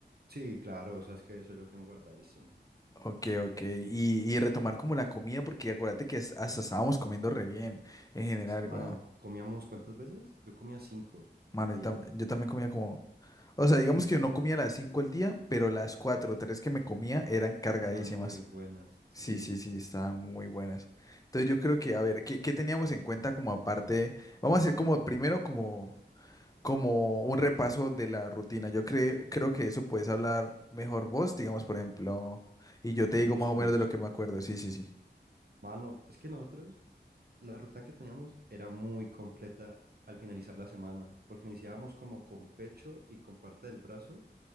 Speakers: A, on the right; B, on the left.
A: sí, claro, o sea, es que eso yo lo tengo guardadísimo.
B: Ok, ok. Y, y retomar como la comida, porque acuérdate que es- hasta estábamos comiendo re bien en general,
A: Es- Mano,
B: weón.
A: ¿comíamos cuántas veces? Yo comía cinco
B: Mano,
A: al día.
B: yo, tam- yo también comía como... O sea, digamos que yo no comía a las 5 al día, pero las 4, o 3 que me comía eran cargadísimas.
A: Eran muy buenas, sí.
B: Sí, sí, sí, estaban muy buenas. Entonces yo creo que, a ver, ¿qué, qué teníamos en cuenta como aparte? Vamos a hacer como primero como, como un repaso de la rutina. Yo cre- creo que eso puedes hablar mejor vos, digamos, por ejemplo, y yo te
A: Los
B: digo
A: músculos,
B: más o menos de lo que me acuerdo. Sí, sí, sí.
A: mano, es que nosotros, la rutina que teníamos era muy completa al finalizar la semana, porque iniciábamos como con pecho y con parte del brazo,